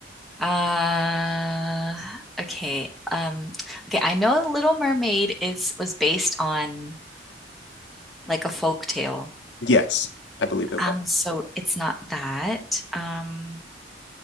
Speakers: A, in the centre; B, on the left (about 70°).
A: uh, okay. Um, okay, I know Little Mermaid is was based on like a folk tale.
B: Yes, I believe it
A: Um,
B: was.
A: so it's not that. Um,